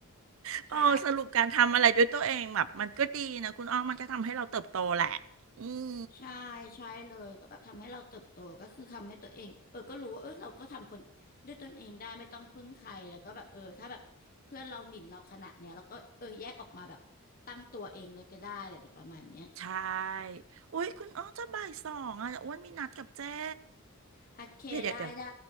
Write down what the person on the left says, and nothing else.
ใช่
ใช่ใช่เลยก็แบบทำให้เราเติบโตก็คือทำให้ตัวเองเออก็รู้ว่าเออเราก็ทำคนด้วยตนเองได้ไม่ต้องพึ่งใครแล้วก็แบบเออถ้าแบบเพื่อนเราหมิ่นเราขนาดเนี้ยเราก็เออแยกออกมาแบบตั้งตัวเองเลยก็ได้อะไรแบบประมาณเนี้ย
โอเคได้ได้